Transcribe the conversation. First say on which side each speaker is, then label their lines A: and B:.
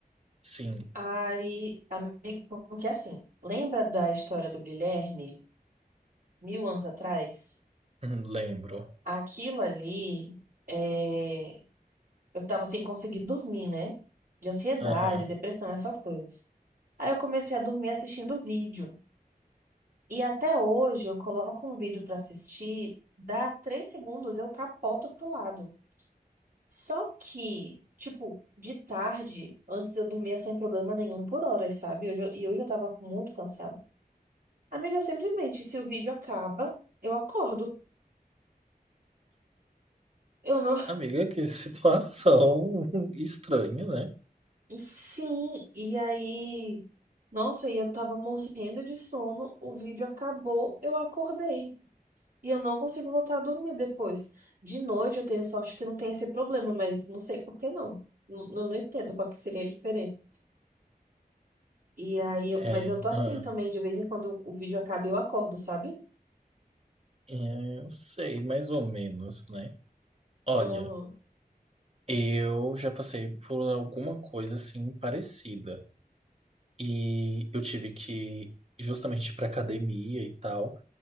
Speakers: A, on the right; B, on the right.
A: sim,
B: Aí, amigo, porque assim, lembra da história do Guilherme, mil anos atrás?
A: Hum, lembro.
B: Aquilo ali, é... eu tava sem conseguir dormir, né? De ansiedade,
A: Aham.
B: depressão, essas coisas. Aí eu comecei a dormir assistindo vídeo. E até hoje eu coloco um vídeo pra assistir, dá três segundos, eu capoto pro lado. Só que, tipo, de tarde, antes eu dormia sem problema nenhum por horas, sabe? Hoje eu- e hoje eu tava muito cansada. Amiga, eu simplesmente, se o vídeo acaba, eu acordo. Eu não.
A: Amiga, que situação <laughs> estranha, né?
B: <laughs> Sim, e aí. Nossa, e eu tava morrendo de sono, o vídeo acabou, eu acordei. E eu não consigo voltar a dormir depois. De noite eu tenho sorte que não tem esse problema, mas não sei por que não. Não, não não entendo qual que seria a diferença. E aí, eu-
A: É,
B: mas eu tô assim
A: ah,
B: também, de vez em quando o vídeo acaba, e eu acordo, sabe?
A: é, eu sei, mais ou menos, né? Olha,
B: Uhum,
A: eu já passei por alguma coisa assim parecida. E eu tive que ir justamente para academia e tal,